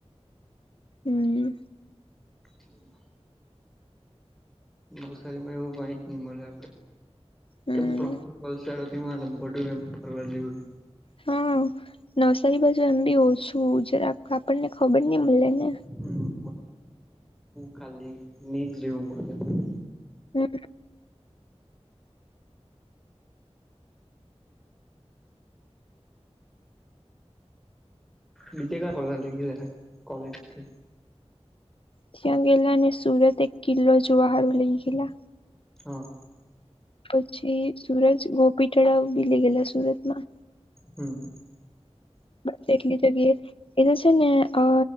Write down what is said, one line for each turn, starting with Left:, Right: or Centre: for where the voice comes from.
Left: હમ.
Centre: હ. નવસારી માં એવું કઈ જ નહી મળે આપડે.
Left: હમ
Centre: કેમ ફર વલસાડ દી મસ <unintelligible> આડ તું ફરવા જેડ
Left: હા નવસારી બાજુ એમ બી ઓછું જરા આપણને ખબર નહી મળે ને.
Centre: હા્ કાલી નિટ જેવું મલવ મળ.
Left: હમ.
Centre: બિજે કા ફરવા લ ઈ ગયા તા કોલેજથી.
Left: ત્યાં ગેલા અને સુરત એક કિલ્લો જોવાહારું લઈ ગેલા.
Centre: હા.
Left: પછી સુરત ગોપી તળાવ બી લઈ ગેલા સુરતમાં.
Centre: હમ.
Left: બસ એટલી જગ્યાએ એ તો છે ને અ